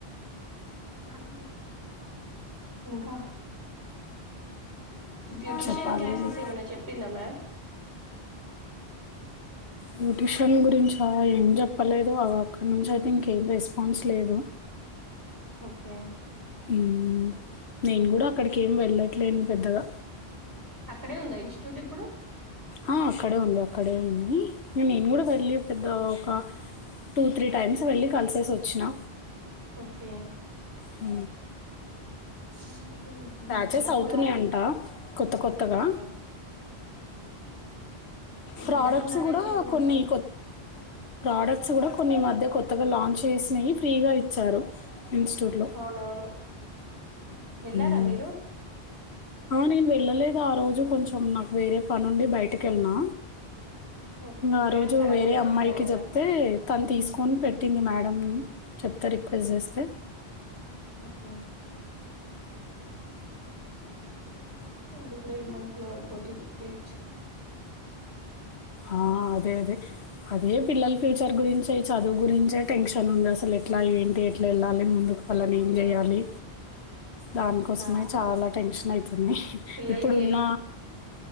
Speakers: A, on the right; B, on the left.
A: <inaudible> ఇంకా బ్యూటీషియన్
B: చెప్పాలి.
A: క్లాసెస్ ఏమైనా చెప్పిందా మ్యామ్
B: బ్యూటిషన్ గురించి మ్యామ్ ఏం చెప్పలేదు అ అక్కడి నుంచి అయితే ఇంకేం రెస్పాన్స్ లేదు
A: ఓకే
B: మ్మ్ నేను కూడా అక్కడికి ఏమి వెళ్ళట్లేను పెద్దగా
A: అక్కడే ఉందా ఇన్స్టిట్యూట్ ఇప్పుడు
B: ఆ అక్కడే ఉంది అక్కడే ఉంది నేను కూడా వెళ్ళి పెద్ద ఒక టూ, త్రీ టైమ్స్ వెళ్ళి కలిసేసి వచ్చినా
A: ఓకే
B: అ
A: <inaudible>
B: ప్యాచెస్
A: మేడం
B: అవుతున్నాయంట
A: కూడా అదే
B: కొత్త కొత్తగా
A: ఓకే
B: ప్రాడక్ట్స్
A: మేడం అదే
B: కూడా
A: చేంజ్
B: కొన్ని
A: అవుతాను
B: కొ ప్రాడక్ట్స్ కూడా కొన్ని మధ్య కొ త్తగా లాంచ్ చేసినవి ఫ్రీగా ఇచ్చారు ఇన్స్టిట్యూట్లో
A: అవునవును వెళ్ళార
B: మ్మ్.
A: మీర్ హలో
B: నేను వెళ్ళలేదు ఆ రోజు కొంచెం నాకు వేరే పనుండి బయటకి వెళ్ళినా
A: ఓకే
B: ఆ
A: మేడం
B: రోజు
A: సడన్
B: వేరే
A: గా
B: అమ్మాయికి
A: చెప్పారు కదా
B: చెప్తే తను తీసుకొని పెట్ట ట్టింది మేడం చెప్తా రిక్వెస్ట్
A: ఉమ్,
B: చేస్తే
A: ఓకే అది కూడా ఈ మంత్ లో అయిపోతుంది డేట్స్
B: ఆ అదే అదే అదే పిల్లల ఫ్యూచర్ గురించి ఈ చదువు గురించే టెన్షన్ ఉంది అసలు ఎట్లా ఏంటి ఎట్లా వెళ్ళాలి ముందుకు వాళ్ళని
A: అవునవును
B: ఏం చేయాలి దానికోసమే
A: చా-
B: చాలా టెన్షన్ అయితుంది
A: పిల్లలకి
B: ఇప్పుడున్న